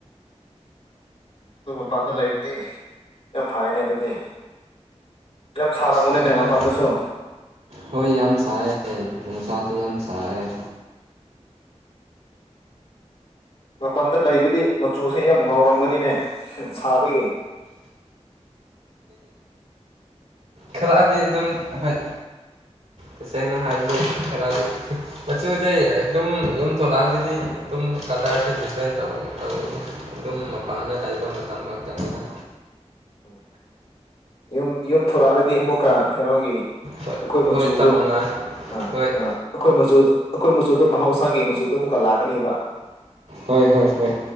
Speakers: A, on the left (about 60°); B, on the right (about 80°).
A: ꯑꯗꯨ ꯃꯄꯥꯟꯗ ꯂꯩꯕꯗꯤ ꯌꯥꯝ ꯐꯩꯅꯦ ꯑꯗꯨꯗꯤ ꯌꯥꯝ ꯁꯥꯔꯝꯒꯅꯤꯅꯦ
B: ꯈꯪꯗꯦꯗ
A: ꯃꯄꯥꯟꯗꯁꯨ
B: ꯍꯣꯏ ꯌꯥꯝ ꯁꯥꯏꯌꯦ ꯅꯨꯡꯁꯥꯁꯨ ꯌꯥꯝ ꯁꯥꯏꯌꯦ
A: ꯃꯄꯥꯟꯗ ꯂꯩꯕꯗꯤ ꯃꯆꯨꯁꯦ ꯌꯥꯝ ꯉꯥꯎꯔꯝꯒꯅꯤꯅꯦ ꯁꯥꯕꯒꯤ
B: ꯈꯔꯗꯤ ꯑꯗꯨꯝ ꯍꯣꯏ ꯇꯁꯦꯡꯅ ꯍꯥꯏꯕꯗꯤ ꯈꯔꯗꯤ ꯃꯆꯨꯁꯦ ꯑꯗꯨꯝ ꯌꯨꯝ ꯊꯣꯛꯂꯛꯒꯗꯤ ꯑꯗꯨꯝ ꯀꯂꯔꯁꯦ ꯗꯤꯐ꯭ꯔꯦꯟ ꯇꯧꯋꯦ ꯑꯗꯨꯝ
A: ꯎꯝ
B: ꯃꯄꯥꯟꯗ ꯂꯩꯕ ꯃꯇꯝ ꯈꯛꯇꯅꯤꯗ
A: ꯎꯝ ꯌꯨꯝ ꯌꯨꯝ ꯊꯣꯔꯛꯂꯗꯤ ꯑꯃꯨꯛꯀ ꯀꯩꯅꯣꯒꯤ ꯑꯩꯈꯣꯏ
B: ꯍꯣꯏ
A: ꯃꯆꯨꯗꯨ
B: ꯍꯣꯏ ꯆꯞ ꯃꯥꯟꯅꯩ
A: ꯑꯥ
B: ꯍꯣꯏ
A: ꯑꯥ ꯑꯩꯈꯣꯏ ꯃꯆꯨ ꯑꯩꯈꯣꯏ ꯃꯆꯨꯗꯨ ꯃꯍꯧꯁꯥꯒꯤ ꯃꯆꯨꯗꯣ ꯑꯃꯨꯛꯀ ꯂꯥꯛꯀꯅꯦꯕ
B: ꯍꯣꯏ ꯍꯣꯏ ꯍꯣꯏ